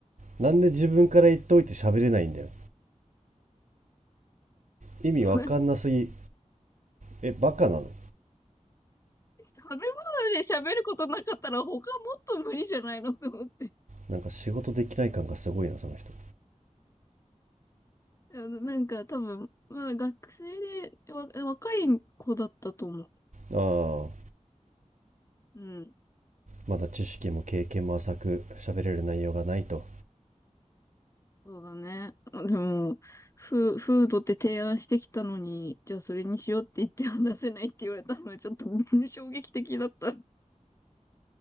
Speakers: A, on the right; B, on the left.
A: ん。なんで自分から言っといて喋れないんだよ。意味わかんなすぎ。
B: 言って、
A: え、バカなの
B: 食べ物で喋ることなかったら他もっと無理じゃないのと思って。
A: なんか仕事できない感がすごいな、その人。
B: あの、なんか多分、まだ学生で、わ、若い子だったと思う。
A: ああ、
B: うん。
A: まだ知識も経験も浅く、喋れる内容がないと。
B: そうだね。でも、フー、フードって提案してきたのに、じゃあそれにしようって言って話せないって言われたのはちょっと <laughs> 衝撃的だった。